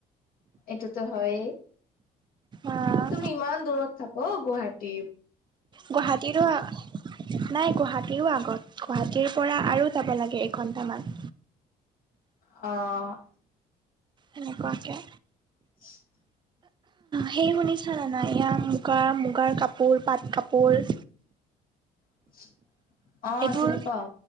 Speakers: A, on the left (about 60°); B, on the right (about 25°).
A: এইটোতো হয়ে।
B: অ',
A: তুমি ইমান দূৰত থাক গুহাটী।
B: গুহাতিৰো আ নাই গুৱাহাটীৰো আগত গুৱাহাটীৰ পৰা আৰু যাব লাগে একঘণ্টামান।
A: অ',
B: হেনেকুৱাকে
A: <unintelligible>
B: সেই শুনিছা না নাই ইয়াৰ মুগাৰ মুগাৰ কাপোৰ পাট কাপোৰ৷
A: <unintelligible>
B: এইবোৰ
A: চিনি পাওঁ